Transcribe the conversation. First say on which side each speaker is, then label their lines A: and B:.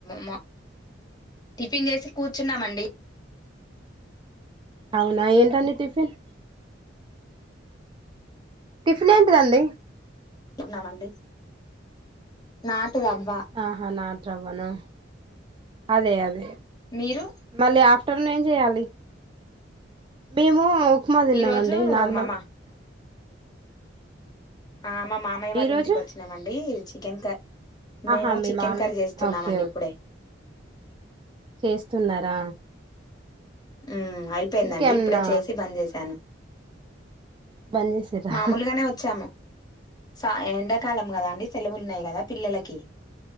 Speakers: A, on the left; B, on the right.
A: మ టిఫిన్ చేసి కూర్చున్నామండి
B: అవునా ఏంటండీ టిఫిన్ టిఫిన్ ఏంటిదండి
A: ఉన్నానండి నాటు రవ్వ
B: ఆహా నాటు రవ్వనా అదే అదే
A: మీరు
B: మళ్ళీ ఆఫ్టర్నూన్ ఏం చేయాలి మేము ఉప్మా తిన్నం
A: ఈరోజు
B: అండి నార్మల్
A: మామ ఆ మా మామయ్య వాళ్ళ
B: ఈ రోజు
A: ఇంటికి వచ్చినామండి చికెన్ క
B: ఆహా
A: మేము
B: మీ
A: చికెన్
B: మామయ్య
A: కర్రీ చేస్తున్నామండి
B: ఓకే ఓకే
A: ఇప్పుడే
B: చేస్తున్నారా
A: ఉమ్మ్ అయిపోయిందండి
B: ఎందుకు ఏమన్నా
A: ఇప్పుడే చేసి బంద్ చేసాను
B: బంద్ చేసిర్రా
A: మామూలుగానే వచ్చాము సా ఎండాకాలం కదా అండి సెలవులున్నాయి కదా పిల్లలకి